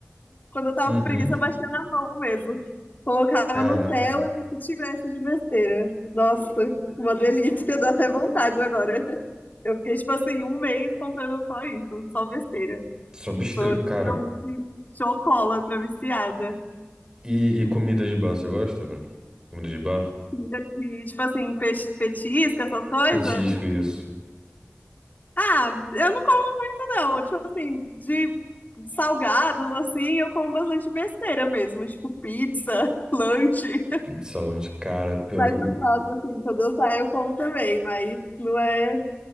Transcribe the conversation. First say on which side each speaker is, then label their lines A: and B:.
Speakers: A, on the left; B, on the right.
A: Quando eu tava
B: Uhum.
A: com preguiça, eu baixei na mão mesmo. Colocava
B: Caraca.
A: Nutella e o tivesse de besteira. Nossa, uma delícia, dá até vontade agora. Eu fiquei, tipo assim, um mês comprando só isso, só besteira.
B: Só besteira.
A: Sou literalmente
B: Cara,
A: chocólatra viciada.
B: e, e comida de bar, você gosta, mano? Comida de bar?
A: Comida de, tipo assim, peixe, petisco, essas coisas.
B: Petisco, isso.
A: Ah, eu não como, não. Tipo assim, de salgados, assim, eu como bastante besteira mesmo. Tipo, pizza, <laughs> lanche.
B: Pizza, lanche. Cara, pior
A: Mas
B: que eu...
A: eu gosto, assim, quando eu saio, eu como também. Mas não é,